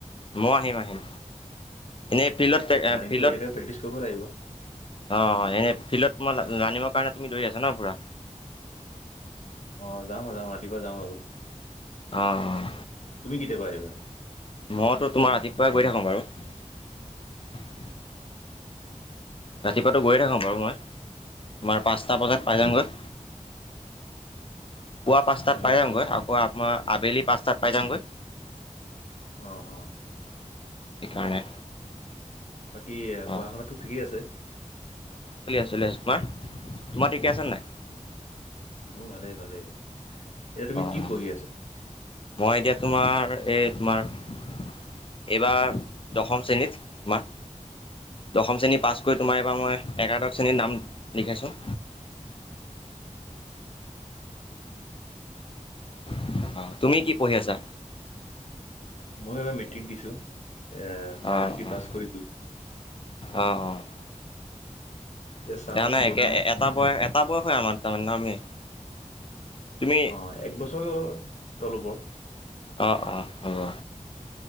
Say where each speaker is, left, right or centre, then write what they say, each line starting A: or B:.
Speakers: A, on the left (about 40°); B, on the left (about 65°).
A: মই আহিম আহিম এনেই। ফিল্ডত
B: ৰানিংটো
A: ফিল্ডত
B: একেলগে প্ৰেক্টিচ কৰিব লাগিব
A: অ' এনেই ফিল্ডত তোমাৰ জানিবৰ কাৰণে তুমি ধৰি আছা না পুৰা।
B: অ' যাওঁ যাওঁ ৰাতিপুৱা যাওঁ আৰু
A: অঁ অঁ
B: তুমি কেতিয়া পৰা আহিবা।
A: মইতো তোমাৰ আতি পুৰা গৈ থাকো বাৰু। ৰাতিপুৱাতো গৈয়ে থাকোঁ বাৰু মই তোমাৰ পাঁচটা বজাত পাই যামগৈ।
B: <unintelligible>
A: পুৱা পাঁচটাত
B: হেল্ল'
A: পাই যামগৈ। আকৌ আপোনাৰ আবেলি পাঁচটাত পাই যামগৈ।
B: অ' অ'
A: সেইকাৰণে
B: বাকী পঢ়া
A: অঁ
B: শুনাটো ঠিকেই আছে।
A: শ কুমাৰ তোমাৰ আছে নাই
B: উ উ ভালেই ভালেই। এতিয়া তুমি
A: অঁ
B: কি
A: অঁ
B: পঢ়ি আছা?
A: মই এতিয়া তোমাৰ এই তোমাৰ। এইবাৰ দশম শ্ৰেণীত তোমাৰ দশম শ্ৰেণী পাছ কৰি তোমাৰ এইবাৰ মই একাদশ শ্ৰেণীৰ নাম লিখিছোঁ।
B: <unintelligible>
A: <inaudible> আহ তুমি কি পঢ়ি আছা?
B: মই এবাৰ মেট্ৰিক দিছোঁ, এ
A: অ'
B: মেট্ৰিক দি
A: অ'
B: পাছ কৰিলোঁ।
A: অ' অ' <unintelligible>
B: চাওঁ ক'ত
A: একে এটা বয়স, এটা বয়স হয় আমাৰ তাৰমানে ন আমি? তুমি
B: অ' এক বছৰ তল-ওপৰ
A: অ'-অ' হ'ব,